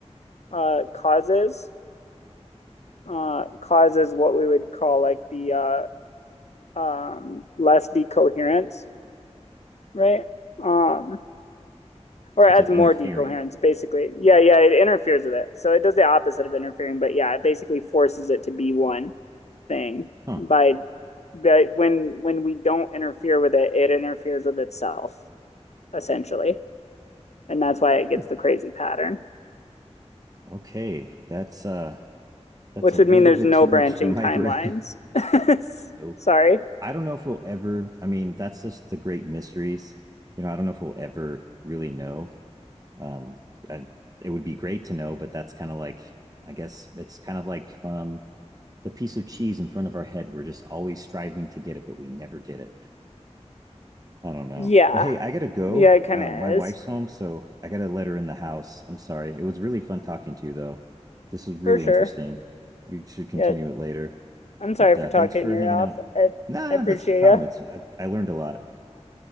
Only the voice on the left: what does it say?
uh, causes uh, causes what we would call like the uh, um, less decoherence, right? Um, or
adds
more
decoherence basically yeah yeah it interferes with it so it does the opposite of interfering but yeah it basically forces it to be one thing
by by when when we don't interfere with it it interferes with itself essentially and that's why it
gets the crazy pattern
which
would
mean there's
no
branching
timelines
<laughs>
sorry
yeah
yeah it kind
of
is
for sure
yeah
i'm sorry
for
talking
your
ear off
i,
I appreciate
you